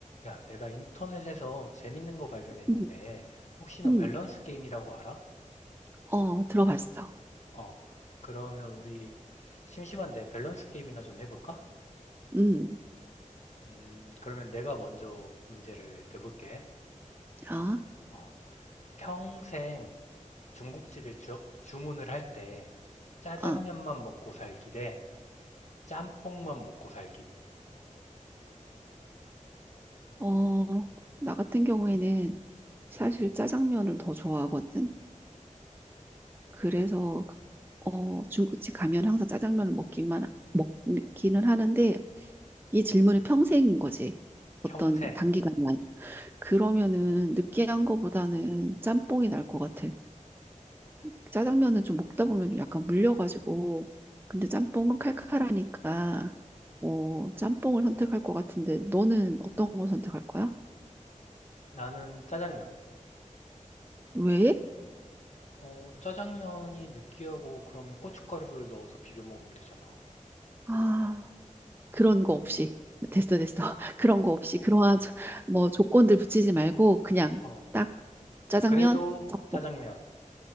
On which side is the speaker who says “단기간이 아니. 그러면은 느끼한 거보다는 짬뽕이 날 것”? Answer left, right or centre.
Right